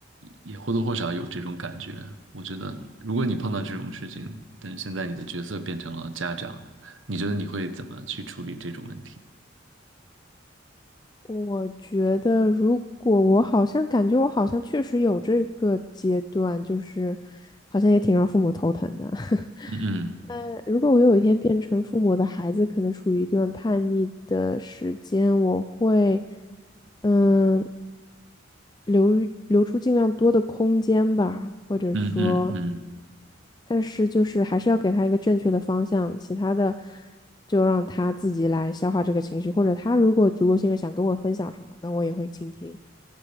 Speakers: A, on the right; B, on the left.
A: 也或多或少有这种感觉。我觉得，如果你碰到这种事情，但是现在你的角色变成了家长。你觉得你会怎么去处理这种问题？
B: 我觉得，如果我好像感觉我好像确实有这个阶段，就是好像也挺让父母头疼的。<laughs>
A: 嗯
B: 呃，如果我有一天变成父母的孩子，可能处于一段叛逆的时间，我会，嗯，留于留出尽量多的空间吧，或者说，
A: 嗯嗯嗯
B: 但是就是还是要给他一个正确的方向，其他的就让他自己来消化这个情绪，或者他如果足够信任想跟我分享什么，那我也会倾听，